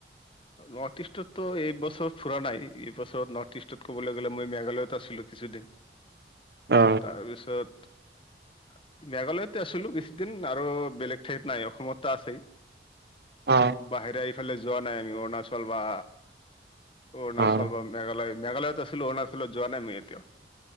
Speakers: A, on the left (about 30°); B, on the right (about 65°).
A: নৰ্থ ইষ্টতো এইবছৰ ফুৰা নাই এইবছৰত নৰ্থ ইষ্টত ক'বলৈ গ'লে মই মেঘালয়ত আছিলো কিছুদিন
B: অ
A: তাৰপিছত মেঘালয়তে আছিলো বেছিদিন আৰু বেলেগ ঠাইত নাই অসমতো আছেই
B: অ
A: বাহিৰে এইফালে যোৱা নাই আমি অৰুণাচল বা অৰুণাচল
B: অ
A: বা মেঘালয় মেঘালয়ত আছিলো অৰুণাচলত যোৱা নাই মই এতিয়াও